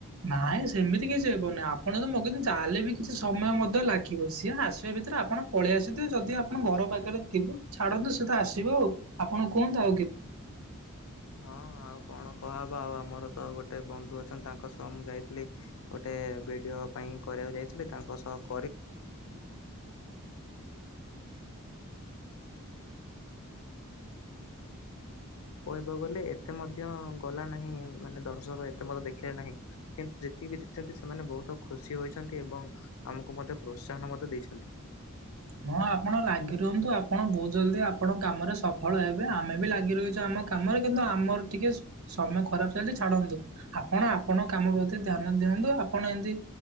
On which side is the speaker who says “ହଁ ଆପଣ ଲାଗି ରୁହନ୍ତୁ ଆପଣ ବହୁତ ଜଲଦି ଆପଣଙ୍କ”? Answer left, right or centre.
Right